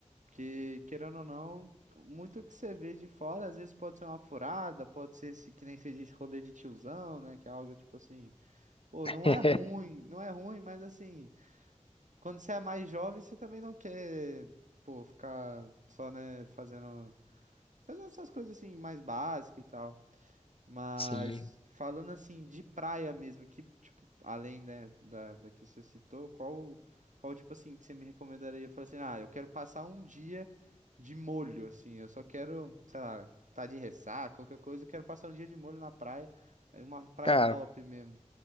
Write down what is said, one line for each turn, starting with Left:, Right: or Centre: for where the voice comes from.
Right: Que, querendo ou não, muito que você vê de fora, às vezes pode ser uma furada, pode ser esse, que nem você diz, rolê de tiozão, né? Que é algo tipo assim, pô, não
Left: <laughs>
Right: é ruim, não é ruim, mas assim, quando você é mais jovem, você também não quer, pô, ficar só, né, fazendo, fazendo essas coisas assim, mais básicas e tal. Mas
Left: Sim.
Right: falando assim de praia mesmo, que tipo, além né, da, da que você citou, qual qual tipo assim que você me recomendaria? Falar assim, ah, eu quero passar um dia de molho, assim, eu só quero, sei lá, tá de ressaca, qualquer coisa, eu quero passar um dia de molho na praia, aí uma praia
Left: Cara,
Right: top mesmo,